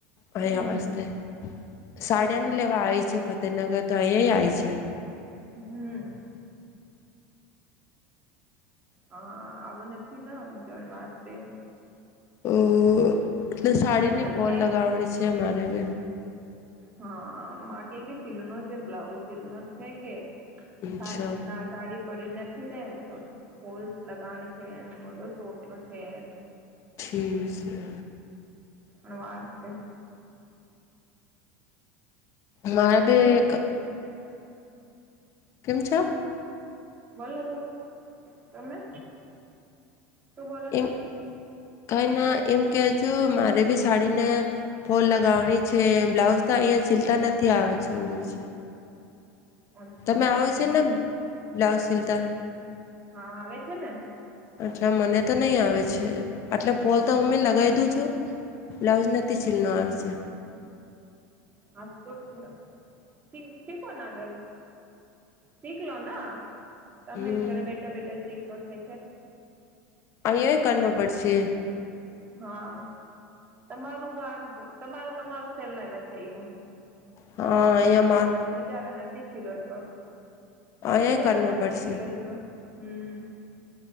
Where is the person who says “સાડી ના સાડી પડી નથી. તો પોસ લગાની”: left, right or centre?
Right